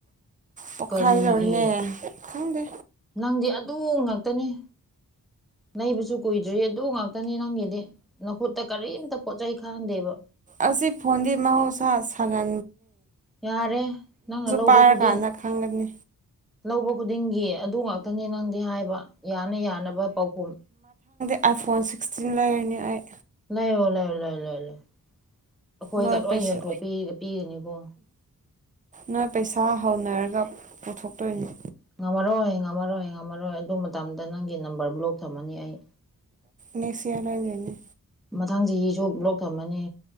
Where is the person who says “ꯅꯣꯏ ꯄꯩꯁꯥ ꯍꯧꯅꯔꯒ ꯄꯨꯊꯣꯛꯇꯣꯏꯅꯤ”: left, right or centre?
Right